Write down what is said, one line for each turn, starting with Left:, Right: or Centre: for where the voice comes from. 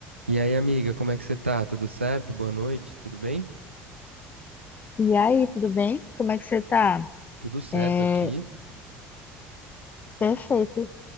Right: E aí, amiga, como é que você tá? Tudo certo? Boa noite, tudo bem?
Left: E aí, tudo bem? Como é que você tá?
Right: Tudo certo
Left: É,
Right: aqui.
Left: perfeito.